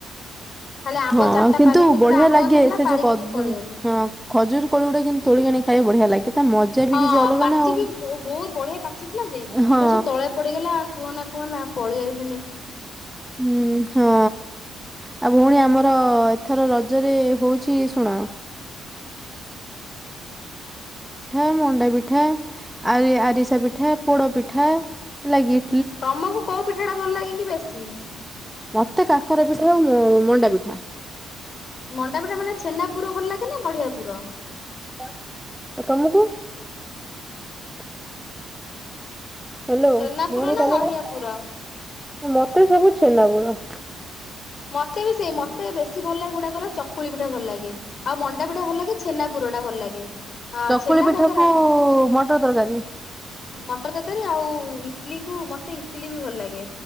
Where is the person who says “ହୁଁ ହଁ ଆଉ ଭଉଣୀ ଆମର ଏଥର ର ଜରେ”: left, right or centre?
Centre